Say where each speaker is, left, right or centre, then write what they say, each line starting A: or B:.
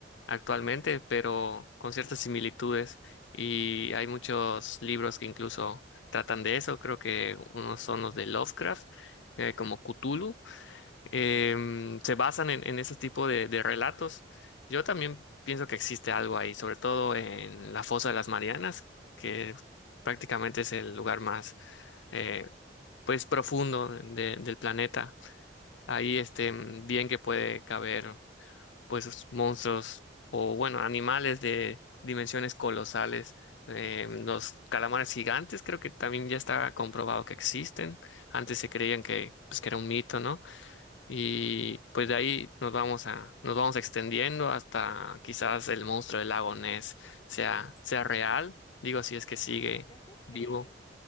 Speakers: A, on the left (about 85°); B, on the left (about 25°).
A: actualmente, pero con ciertas similitudes. Y hay muchos libros que incluso tratan de eso. Creo que unos son los de Lovecraft, eh, como Cthulhu em, se basan en, en ese tipo de, de relatos. Yo también pienso que existe algo ahí, sobre todo en la Fosa de las Marianas, que prácticamente es el lugar más eh, pues profundo de- del planeta. Ahí este mm, bien que
B: <laughs>
A: puede caber pues monstruos o bueno, animales de dimensiones colosales. Eh, los calamares gigantes creo que también ya está comprobado que existen. Antes se creían que, pues, que era un mito, ¿no? Y pues de ahí nos vamos a, nos vamos extendiendo hasta quizás el monstruo del lago Ness sea, sea real. Digo, si es que sigue
B: yo sí creo.
A: vivo.